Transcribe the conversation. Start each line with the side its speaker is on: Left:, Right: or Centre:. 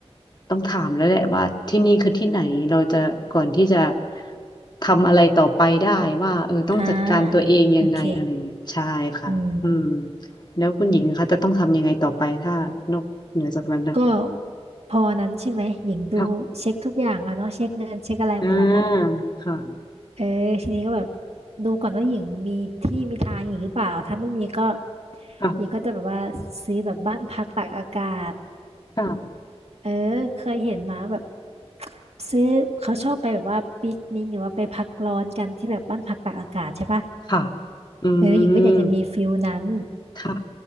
Left: ต้องถามแล้วแหละว่าที่นี่คือที่ไหนเราจะก่อนที่จะทำอะไรต่อไปได้ว่าเออต้องจัดการตัวเองยังไงอะไรอย่างเงี้ยใช่ค่ะอืม
Right: อ่าโอเคอืม
Left: แล้วคุณหญิงนะคะจะต้องทำยังไงต่อไปถ้านอกเหนือจากนั้นนะ
Right: ก็พอวันนั้นใช่ไหมหญิงดูเช็คทุกอย่างอะเนาะเช็คเงินเช็คอะไรหมดละ
Left: ค่ะอ่าค่ะ
Right: เออทีนี้ก็แบบดูก่อนว่าหญิงมีที่มีทางหญิงหรือเปล่าถ้าไม่มีก็
Left: ค่ะ
Right: หญิงก็จะแบบว่าซื้อแบบบ้านพักตากอากาศ
Left: ค่ะ
Right: เออเคยเห็นมาแบบซื้อเขาชอบไปแบบว่าปิกนิกหรือว่าไปพักร้อนกันที่แบบบ้านพักตากอากาศใช่ปะ
Left: ค่ะอื
Right: เออหญิงก็อยากจะมีฟิลนั้น
Left: มค่ะ